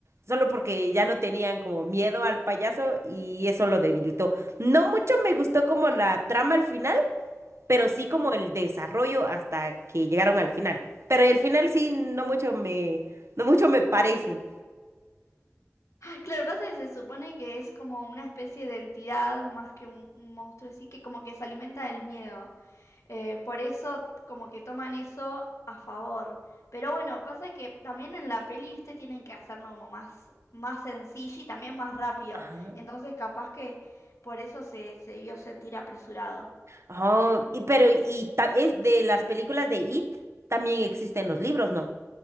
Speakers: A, on the right; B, on the left.
A: Solo porque ya no tenían como miedo al payaso y eso lo debilitó. No mucho me gustó como la trama al final, pero sí
B: Mm.
A: como el desarrollo hasta que llegaron al final. Pero el final sí, no mucho me, no mucho me parece.
B: Claro, pasa que se supone que es como una especie de entidad más que un, un monstruo así, que como que se alimenta del miedo. Eh, por eso como que toman eso a favor. Pero bueno, pasa que también en la peli, viste, tienen que hacerlo como más, más sencillo y también más rápido.
A: Ajá.
B: Entonces capaz que por eso se, se debió sentir apresurado.
A: Oh, y, pero y ta- es de las películas de It también existen los libros, ¿no?